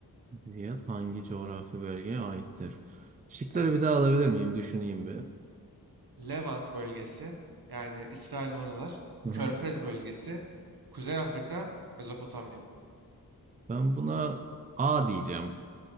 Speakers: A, on the right; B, on the right.
A: Riyad hangi coğrafi bölgeye aittir? Şıkları
B: Evet.
A: bir daha alabilir miyim? Düşüneyim bir.
B: Levant bölgesi yani İsrail'in oralar,
A: Hı
B: Körfez
A: hı.
B: bölgesi, Kuzey Afrika, Mezopotamya.
A: Ben buna A diyeceğim.